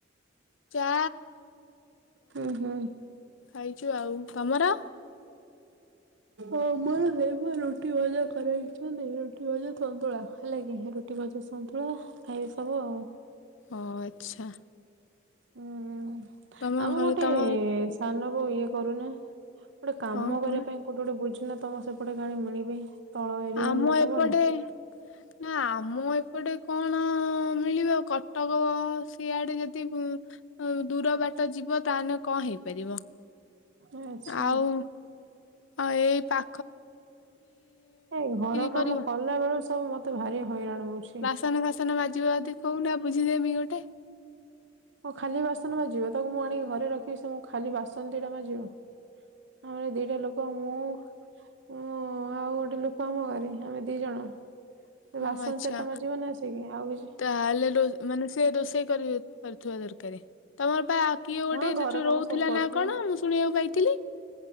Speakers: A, on the left; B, on the right.
A: ଚା
B: ହୋ ହୋ।
A: ଖାଇଚୁ ଆଉ ତମର?
B: ଓ ମୋର ସେ ପା ରୁଟି ଭଜା କରାଇଛନ୍ତି ରୁଟି ଭଜା ସନ୍ତୁଳା ହେଲା କି ରୁ ଟି ଭଜା ସନ୍ତୁଳା ଖାଇବେ ସବୁ ଆଉ।
A: ଓ ଆଚ୍ଛା।
B: ଉଁ ହୁଁ
A: ତମ
B: ଆମ
A: ଘରେ
B: ଗୋଟେ
A: ତମ
B: ସାନ ବୋଉ ଇଏ କରୁନା ଗୋଟେ କାମ
A: କଣ କୁହନା
B: କରିବା ପାଇଁ କୋଉଠୁ ଗୋଟେ ବୁଝୁନା ତମ ସେପଟେ କାଳେ ମିଳିବେ। ତଳ ଏରିଆ
A: ଆମ
B: ନା
A: ଏପଟେ
B: ତମର।
A: ନାଁ ଆମ ଏପଟେ କଣ ମିଳିବ କଟକ ସିଆଡେ ଯତି ଉଁ ଅ ଦୂର ବାଟ ଯିବ ତାହେନେ କଁ ହେଇପାରିବ
B: ଆଚ୍ଛା
A: ଆଉ ଅ ଏଇ ପା
B: ଏଇ ଘର
A: କରିବ?
B: କାମ କଲା ବେଳୁ ସବୁ ମତେ ଭାରି ହଇରାଣ ହୋଉଚି।
A: ବାସନ ଫାସନ ବାଜିବ ଅଦି କହୁନା ବୁଝିଦେମି ଗୋଟେ।
B: ଓ ଖାଲି ବାସନ ମାଜିବ ତାକୁ ମୁଁ ଆଣି ଘରେ ରଖିବି ସେ ମୋ ଖାଲି ବାସନ ଦିଟା ମାଜିବ। ଆମର ଦିଟା ଲୋକ ମୁଁ ଉଁ ଆଉ ଗୋଟେ ଲୋ କ ଆମ ଘରେ ଆମେ ଦି ଜଣ ଏ
A: ହଁ
B: ବାସନ
A: ଆଚ୍ଛା
B: ଚାରିଟା ମାଜିବ ନା ଆସିକି ଆଉ କିଛି
A: ତାହେଲେ ରୋ ମାନେ ସେ ରୋଷେଇ କରି ପାରୁଥୁବା ଦରକାରେ ତମର ପା କିଏ
B: ହଁ
A: ଗୋଟେ
B: ଘର
A: ସେଠି
B: କାମ
A: ରହୁଥିଲା
B: ସବୁ କରୁଥିବ।
A: ନାଁ କଣ ମୁଁ ଶୁଣିବାକୁ ପାଇଥିଲି।